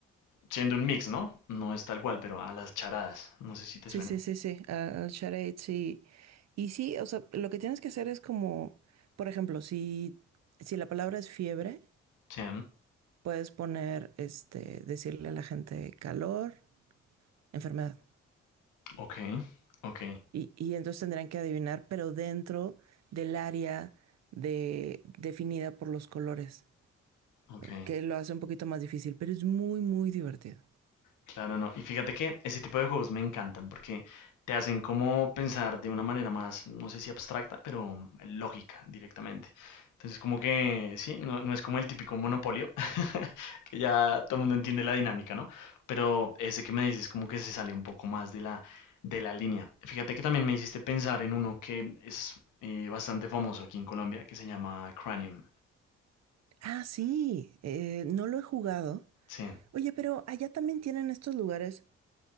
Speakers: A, on the left; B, on the right.
A: siendo un mix, ¿no? No es tal cual, pero a las charadas. No sé si te
B: Sí,
A: suena.
B: sí, sí, sí, al al charade, sí. Y sí, o sea, lo que tienes que hacer es como, por ejemplo, si, si la palabra es fiebre,
A: Sí,
B: puedes poner, este, decirle a la gente calor, enfermedad.
A: ok, ok,
B: Y, y entonces tendrán que adivinar, pero dentro del área de, definida por los colores,
A: ok.
B: que lo hace un poquito más difícil, pero es muy, muy divertido.
A: Claro, no. Y fíjate que ese tipo de juegos me encantan porque te hacen como pensar de una manera más, no sé si abstracta, pero lógica directamente. Entonces, como que sí, no, no es como el típico monopolio, <laughs> que ya todo el mundo entiende la dinámica, ¿no? Pero ese que me dices como que se sale un poco más de la, de la línea. Fíjate que también me hiciste pensar en uno que es eh, bastante famoso aquí en Colombia, que se llama Cranium.
B: Ah, sí, eh, no lo he jugado.
A: Sí,
B: Oye, pero allá también tienen estos lugares.